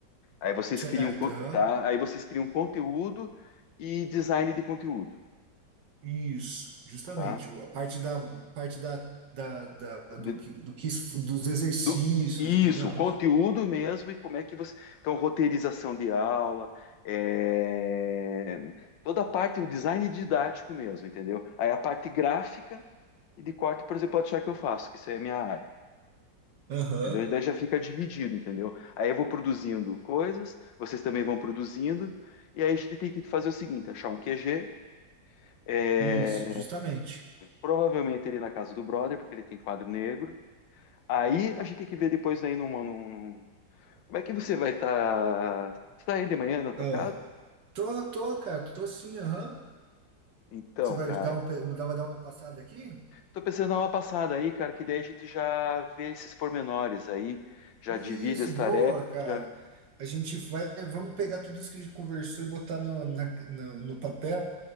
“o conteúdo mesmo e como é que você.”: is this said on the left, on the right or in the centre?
Left